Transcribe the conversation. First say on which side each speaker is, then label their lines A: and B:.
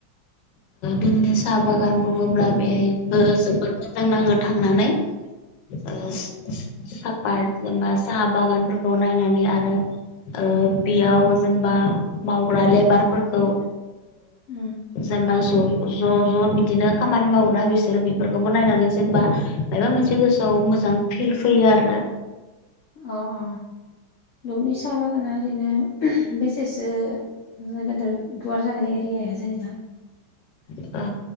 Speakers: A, on the left (about 70°); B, on the left (about 85°).
A: दुमनि साहा बागान बुङोब्ला बेहायबो जोबोर मोजां नाङो थांनानै
B: <inaudible>
A: आ। सापा जेनबा साहा बागानफोरखौ नायनानै आरो ओ बेयाव जेनेबा मावग्रा लेबारफोरखौ
B: उम
A: जेनेबा ज' ज' ज' बिदिनो खामानि मावोना बिसोरो बेफोरखौबो नायनानै जेनेबा
B: अ
A: मबा मोनसे गोसोआव मोजां फिल फैयो आरोना।
B: अ अ दुमनि साहा बागाना ओरैनो बे सेसो गदेर गुवार जागोनाय एरियाया जेनेबा।
A: ओ